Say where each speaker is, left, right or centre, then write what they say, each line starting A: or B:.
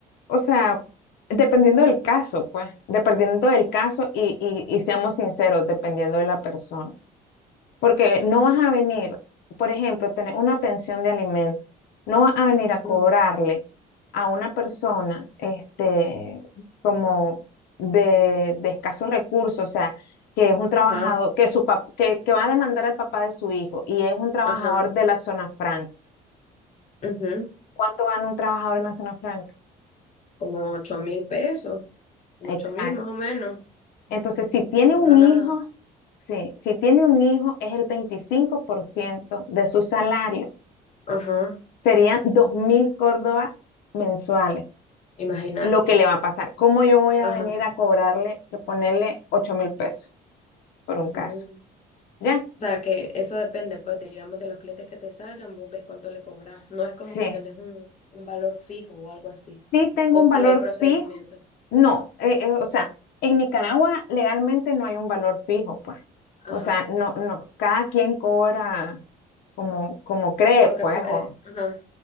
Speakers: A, on the left (about 75°); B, on the left (about 45°).
A: o sea, dependiendo del caso, pues, dependiendo del caso y, y, y seamos sinceros, dependiendo de la persona. Porque no vas a venir, por ejemplo, tener una pensión de alimento, no vas a venir a cobrarle
B: Ujú.
A: a una persona este, como de, de escasos recursos, o sea, que es un trabajador,
B: Ajá,
A: que, su pap- que, que va a demandar al papá de su hijo y es un trabajador
B: ajá.
A: de la zona franca.
B: ujú.
A: ¿Cuánto gana un trabajador en la zona franca?
B: Como ocho mil pesos, como ocho
A: Exacto.
B: mil más o menos.
A: Entonces, si tiene un
B: Una
A: hijo,
B: nada.
A: sí, si tiene un hijo es el 25% de su salario.
B: Ajá.
A: serían 2.000 Córdoba mensuales
B: imagínate
A: lo que le va a pasar. ¿Cómo yo voy a
B: Ajá.
A: venir a cobrarle, que ponerle ocho mil pesos por un caso?
B: Mm.
A: ¿Ya?
B: O sea, que eso depende, pues, digamos, de los clientes que te salgan, vos ves cuánto le cobras. No es como
A: Sí.
B: que tenés un, un valor fijo o algo así.
A: Sí tengo
B: O
A: un
B: si
A: valor
B: hay procedimientos.
A: fijo. No, eh, eh, o sea, en Nicaragua legalmente no hay un valor fijo, pues. O
B: Ajá.
A: sea, no, no, cada quien cobra como, como cree,
B: Lo que
A: pues,
B: puede.
A: o
B: Ajá.